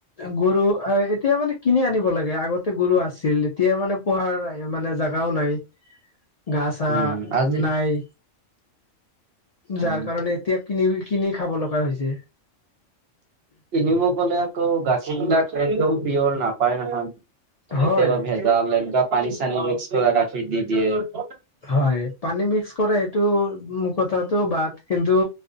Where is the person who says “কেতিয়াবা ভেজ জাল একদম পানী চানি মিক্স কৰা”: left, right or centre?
Right